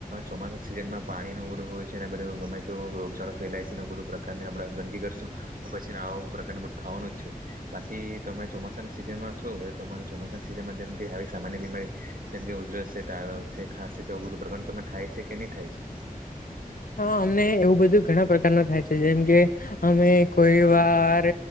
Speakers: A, on the right (about 70°); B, on the left (about 70°).
A: ચોમાસાની સીઝનમાં પાણી ને બધું હોય છે અને ગમે તો રોગચાળો ફેલાય છે ને બધું પ્રકારને આપણે ગંદકી કરશું તો પછીને આ પ્રકાર બધું થવાનું છે બાકી તમે ચોમાસાના સિઝન માં શો તમારે ચોમાસા સિઝનમાં જેમ કે આવી સામાન્ય બીમારી જેમ કે ઉધરસ છે છે ખાસી કારણ તમે થાય છે કે નહી થાય છે?
B: <inaudible> હા અમને એવું બધું ઘણા પ્રકાર ન થાય છે જેમ કે અમે કોઈ વાર